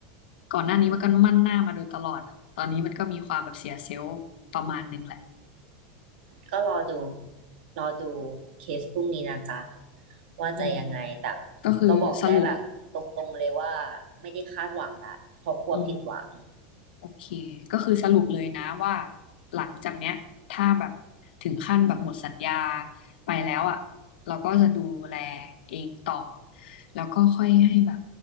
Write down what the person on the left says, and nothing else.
ก่อนหน้านี้มันก็มั่นหน้ามาโดยตลอดตอนนี้มันก็มีความแบบเสียเซลล์ประมาณหนึ่งแหละ
อืมก็คือสรุป
อืม โอเคก็คือสรุปเลยนะว่าหลังจากเนี้ยถ้าแบบถึงขั้นแบบหมดสัญญาไปแล้วอ่ะเราก็จะดูแลเองต่อแล้วก็ค่อยให้แบบ